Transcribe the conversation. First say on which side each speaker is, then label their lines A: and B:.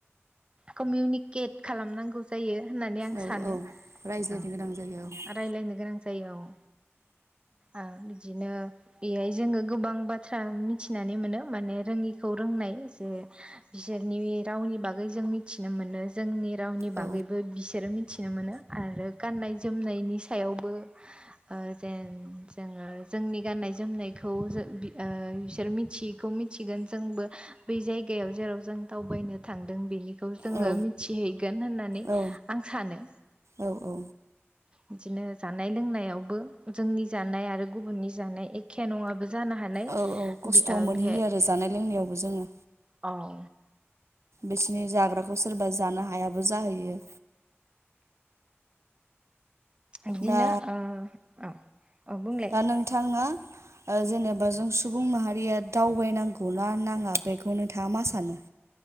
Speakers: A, on the right; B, on the right.
A: कमिउनिकेट खालामनांगौ जायो होननानै आं
B: औ
A: सानो
B: औ रायज्लायनो
A: औ
B: गोनां जायो औ
A: राय्लायनो गोनां जायो औ औ बिदिनो बेहाय जोङो गोबां बाथ्रा मिथिनानै मोनो माने रोङिखौ रोंनाय जे बिसोरनि रावनि बागै जों मिथिनो मोनो जोंनि रावनि
B: औ
A: बागैबो बिसोरो मिथिनो मोनो आरो गाननाय जोमनायनि सायावबो ओ जेन जोङो जोंनि गाननाय जोमनायखौ बिसोर मिथियैखौ मिथिगोन जोंबो बै जायगायाव जेराव जों दावबायनो थांदों बेनि बेखौ जोङो
B: औ
A: मिथिहैगोन होननानै
B: औ
A: आं सानो
B: औ औ
A: बिदिनो जानाय लोंनायावबो जोंनि जानाय आरो गुबुननि जानाय एखेया नङाबो जानो हानाय
B: औ औ खस्थ
A: बे ओ
B: मोनहैयो
A: बेहाय
B: आरो जानाय लोंनायावबो जोङो
A: औ
B: बिसोरनि जाग्राखौ सोरबा जानो हायाबो जाहैयो
A: बिदिनो
B: दा
A: औ औ बुंलाय
B: दा नोंथाङा जेनेबा जों सुबुं माहारिया दावबायनांगौना नाङा बेखौ नोंथाङा मा सानो